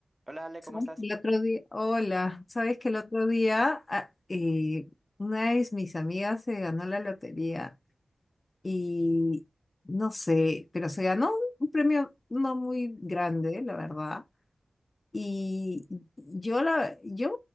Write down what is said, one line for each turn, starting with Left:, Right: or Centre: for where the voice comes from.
Right: Hola Ale,
Left: Sabes
Right: ¿cómo estás?
Left: que El otro día, hola, sabes que el otro día ah, eh, una de mis amigas se ganó la lotería y no sé, pero se ganó un premio no muy grande, la verdad. Y yo la, yo